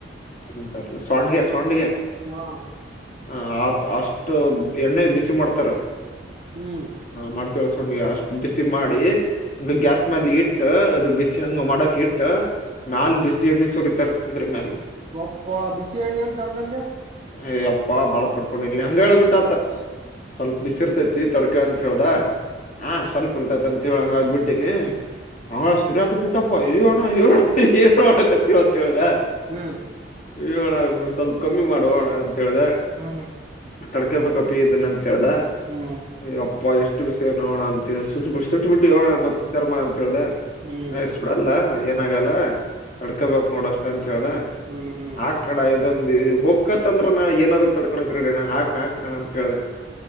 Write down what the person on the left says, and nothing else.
ಎಏಂತಲ್ಲ ಸಂಡಗೆ ಸಂಡಗೆ
ಹ ಆತ್ ಅಷ್ಟು ಎಣ್ಣೆ ಬಿಸಿ ಮಾಡ್ತಾರ
ಮಾಡ್ತವ ೊಂಡ ಅಷ್ಟು ಬಿಸಿ ಮಾಡಿ ಹ ಗ್ಯಾಸ್ ಮೇಲೆ ಇಟ್ಟ ಅದು ಬಿಸಿ ಹಂಗ ಮಾಡಕ್ ಇಟ್ಟ ನಾಲ್ ಬಿಸಿ ಎಣ್ಣೆ ಸುರಿತಾರ ಇದ್ರ ಮೇಲೆ
ಅಯ ಅಪ್ಪ ಬಾಳ ತೊಡ್ಕೊಂಡಿರ್ಲಿ ಹಂಗ ಹೇಳೇಳ್ಬಿಟ್ಟತು ಸ್ವಲ್ಪ ದಿಸಿಇರ್ತಿತಿ ತಡ್ಕ ಅಂತ ಹೇಳ್ದ. ನಾ ಸ್ವಲ್ಪ ಇರ್ತೈತ್ ಅಂತೇಳ್ ಅದ್ ಬಿಟ್ಟೀನಿ. ಅವ
ಸುರಾಕತ್ ಬಿಟ್ಟಪ್ಪ ಇಯೋಣ ಇಯ್ಯೋಣ ಏಣ ಕತೀ ಅಂತ ಹೇಳ್ದ.
ಎ ಅಣ್ಣ ಸ್ವಲ್ಪ ಕಮ್ಮಿ ಮಾಡೂ ಅಣ ಅಂತ ಹೇಳ್ದ.
ತಡ್ಕೊಬೇಕಪಿ ಇದನ್ನ ಅಂತ್ ಹೇಳ್ದ.
ಎ ಎಪ್ಪಾ ಎಷ್ಟು ಬಿಸಿ ನೋಡ ಅಂತ <unintelligible> ಇಟ್ಬಿಟ್ಟು ಹಳ ಮತ್ತ ಕರ್ಮ ಅಂತ ಹೇಳ್ದ
ಆಯಸ್ ಬಿಡಲ್ಲ ಏನಾಗಲ್ಲ. ತಡ್ಕೋಬೇಕು ನೋಡ್ ಅಷ್ಟ ಅಂತ ಹೇಳ್ದ.
ಆ ಕಡ ಇದಂದು ಹೊಕ್ಕತ್ಂದ್ರ ನಾ ಏನಾದ ತಡ - ಹಾಕಣ ಕಡಣ ಹಾಕ್ ಹಾಕಣ ಅಂತ ಹೇಳ್ದ